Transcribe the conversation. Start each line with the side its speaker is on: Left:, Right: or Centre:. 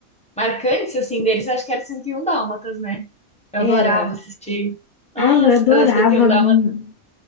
Centre: marcantes, assim, deles, acho que era 101 Dálmatas, né? Eu
Left: Era.
Centre: adorava assistir. Ah,
Left: Ai, eu
Centre: s-
Left: adorava.
Centre: ah, 101 Dálmatas,
Left: hum,